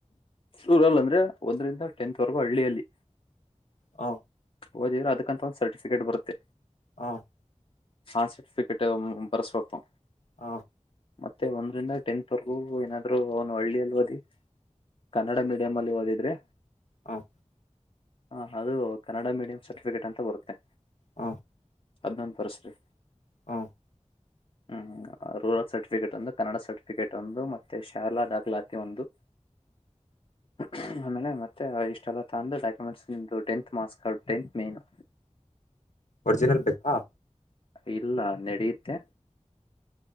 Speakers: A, on the left; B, on the left.
A: ರೂರಲ್ ಅಂದ್ರೆ. ಒಂದರಿಂದ ಟೆಂತ್ವರೆಗೂ ಹಳ್ಳಿಯಲ್ಲಿ.
B: ಹ.
A: ಓದಿದ್ರೆ ಅದಕ್ಕಂತ ಒಂದ್ ಸರ್ಟಿಫಿಕೇಟ್ ಬರುತ್ತೆ.
B: ಹ.
A: ಾನ್ ಸರ್ಟಿಫಿಕೇಟ್ ಬರ್ಸ್ಬೇಕು.
B: ಹ.
A: ಮತ್ತೆ ಒಂದರಿಂದ ಟೆಂತ್ ವರೆಗೂ ಏನಾದ್ರೂ ಅವನು ಹಳ್ಳಿಅಲ್ಲಿ ಓದಿ. ಕನ್ನಡ ಮೀಡಿಯಂ ಅಲ್ಲಿ ಓದಿದ್ರೆ.
B: ಹ.
A: ಹ ಅದು ಕನ್ನಡ ಮೀಡಿಯಂ ಸರ್ಟಿಫಿಕೇಟ್ ಅಂತ ಬರುತ್ತೆ.
B: ಹ.
A: ಅದನ್ನೊಂದ ತರ್ಸಿ.
B: ಹ.
A: ಹ್ಮ್ ರೂರಲ್ ಸರ್ಟಿಫಿಕೇಟ್ ಒಂದು ಕನ್ನಡ ಸರ್ಟಿಫಿಕೇಟ್ ಒಂದು ಮತ್ತೆ ಶಾಲಾ ದಾಖಲಾತಿ ಒಂದು. <inaudible> ಆಮೇಲೆ ಮತ್ತೆ ಇಷ್ಟೆಲ್ಲ ತಂದು documents tenth marks card tenth ಮೆನು.
B: ಒರಿಜಿನಲ್ ಬೆೇಕಾ.
A: ಇಲ್ಲ ನಡೆಯತ್ತೆ.